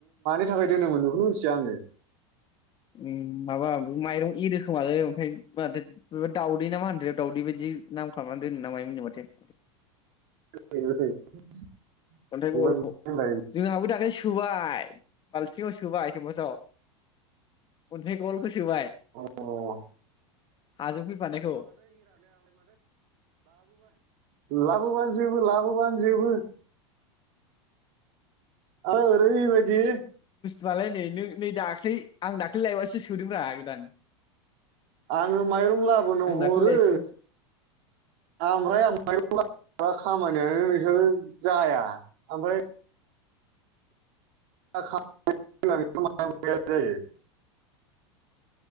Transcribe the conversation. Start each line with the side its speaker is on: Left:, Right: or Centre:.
Right: बेनि थाखाय दोनोमोन बेखौनो मिथिया आङो
Left: उम माबा माइरं एरोखोमालै ओमफ्राय माथो दाउदै ना मा होनदो दाउदै बायदि नाम खालामनानै दोनो ना माय मोननो माथो
Right: <unintelligible>
Left: अन्थाइखौलखौ
Right: मिथिया
Left: जोंहाबो दाख्लै सुबोबाय बालथिंङाव सोबाय एखेबााथ अनथाय गलखौ सोबाय
Right: <unintelligible>
Left: हाजों फैफानायखौ
Right: लाबोबानो जोबो लाबोबानो जोबो आरो ओरैबायदि दि
Left: बालाय नैनो नै दाख्लै आं दाख्लै द लायबासो सोदोंब्रा गोदान
Right: आङो माइरं लाबोनो
Left: आं
Right: हरो
Left: दाख्लै लायफिनबासो
Right: ओमफ्राय आं माइरं खामानियानो नोंसोरो जाया ओमफ्राय जायो <unintelligible>